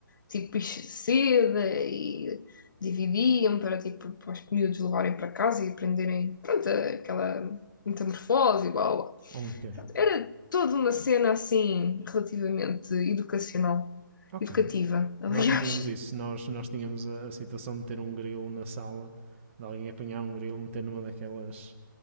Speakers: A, on the left; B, on the right.
A: tipo bicho seda e dividiam para, tipo, para os miúdos levarem para casa e aprenderem, pronto, aquela metamorfose e blá blá.
B: Ok,
A: Era toda uma cena assim, relativamente educacional,
B: ok.
A: educativa, <laughs> aliás.
B: Nós não tínhamos isso, nós, nós tínhamos a, a situação de ter um grilo na sala, de alguém apanhar um grilo, meter numa daquelas